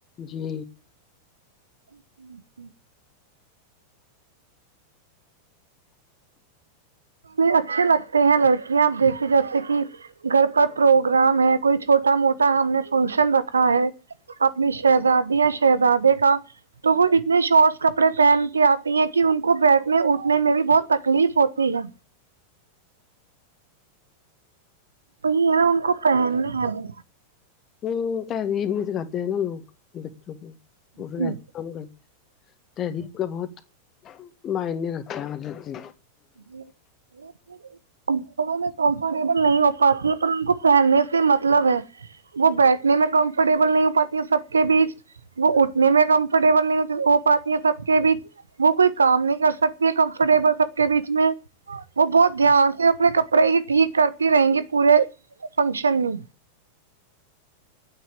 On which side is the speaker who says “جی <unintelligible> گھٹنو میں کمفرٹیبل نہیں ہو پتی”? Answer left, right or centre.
Right